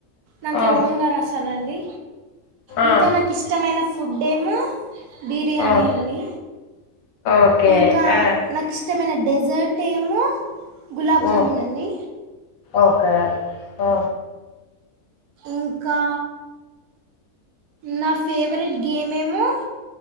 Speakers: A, on the right (about 90°); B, on the left (about 70°).
A: దంట్లో
B: ఆ
A: ఓన్ గారు రాస్తానండి ఇంకా
B: ఆ
A: నాకు ఇష్టమైన ఫుడ్ ఏమో బిర్యానీ
B: ఆ
A: అండి
B: ఓకే
A: ఇంకా
B: ఆ
A: నాకు ఇష్టమైన డెజర్ట్ ఏమో గులాబ్
B: ఆ
A: జామున్ అండి
B: ఓకే ఆ
A: ఇంకా నా ఫేవరెట్ గేమ్ ఏమో